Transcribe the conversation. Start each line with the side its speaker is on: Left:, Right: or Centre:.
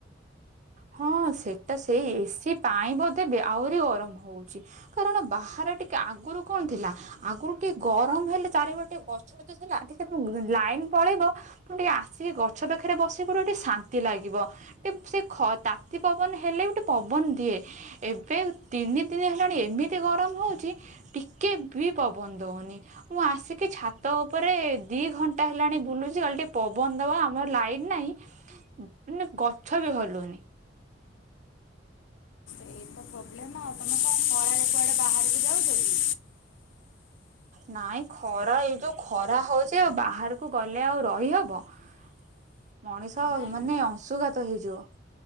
Right: ହଁ ସେଇଟା ସେଇ ଏସି ପାଇଁ ବୋଧେ ବେ ଆହୁରି ଗରମ ହଉଛି କାରଣ ବାହାରେ ଟିକେ ଆଗରୁ କଣ ଥିଲା ଆଗରୁ ଟି ଗରମ ହେଲେ ଚାରି ବଟେ ଟିକେ ଗଛ ଗଛ ଥିଲା ଟିକେ ଲାଇନ ପଳେଇବ ତୁ ଟିକେ ଆସିକି ଗଛ ପାଖରେ ବସ ପଡ ଟିକେ ଶାନ୍ତି ଲାଗିବ ଟିକେ ସେ ଖ ତାତି ପବନ ହେଲେ ଗଟେ ପବନ ଦିଏ ଏବେ ତିନି ଦିନ ହେଲାଣି ଏମିତି ଗରମ ହେଉଛି ଟିକେ ବି ପବନ ଦେଉନି ମୁଁ ଆସିକି ଛାତ ଉପରେ ଦିଇ ଘଣ୍ଟା ହେଲାଣି ବୁଲୁଛି ଅଲଟି ପବନ ଦେବା ଆମର ଲାଇନ୍‌ ନାହିଁ ମ ଗଛ ବି ହଲୁନି।
Left: ଏଇତ ପ୍ରୋବ୍ଲେମ। ଆଉ ତମେ କଣ କରୁଛ? କୁଆଡେ ବାହାରକୁ ଯାଉଛ କି?
Right: ନାହିଁ, ଏଇ ଯେ ଖରା ହେଉଛି, ବାହାରକୁ ଗଲେ ରହିପାରିବ ନାହିଁ, ମଣିଷମାନେ
Left: ନାଇଁ
Right: ଅଂଶୁଘାତ ହୋଇଯିବେ।